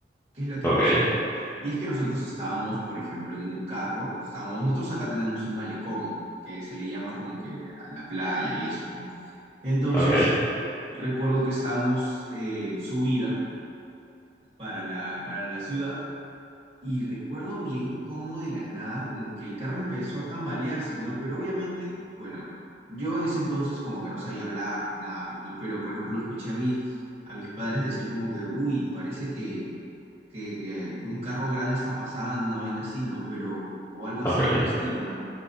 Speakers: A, on the right; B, on the left.
A: qué es lo que
B: ok,
A: pasó. Y es que nosotros estábamos, por ejemplo, en un carro, estábamos, nosotros acá tenemos un malecón, que se le llama como que a la playa y eso, ¿no? Entonces,
B: ok,
A: recuerdo que estábamos eh, en subida para la, para la ciudad. Y recuerdo bien cómo de la nada, como que el carro empezó a tambalearse, ¿no? Pero obviamente, bueno, yo en ese entonces como que no sabía hablar ni nada, pues, ¿no? Pero, por ejemplo, escuché a mis, a mis padres decir como que, uy, parece que, que, que- que un carro grande está pasando, una vaina así, ¿no? Pero, o, o algo así
B: ok.
A: por el estilo, ¿no?